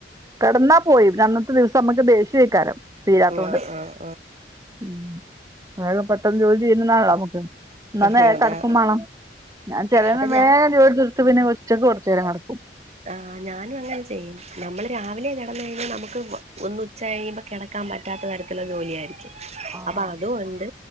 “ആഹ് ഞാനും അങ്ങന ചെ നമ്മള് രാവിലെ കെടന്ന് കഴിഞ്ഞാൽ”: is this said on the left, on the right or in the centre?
Right